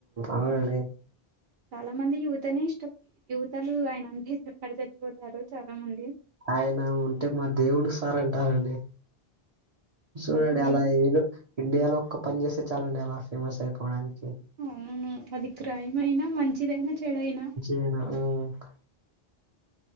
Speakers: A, on the right; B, on the right.
A: అవునులే
B: చాలా మందికి యూత్ అనే ఇష్టం యువతలు ఆయన అంటేప్పడి చచ్చిపోతారు చాలా మంది
A: ఆయన ఉంటే మా దేవుడు సార్ అంటారండి సూడండి
B: అవును
A: అలా ఏదో ఇండియాలో ఒక్క పని చేస్తే చాలండి అలా ఫేమస్ ఐపోడానికి
B: ఔను అది క్రైం ఐనా మంచిదైనా చెడయినా
A: ఏన ఆ క్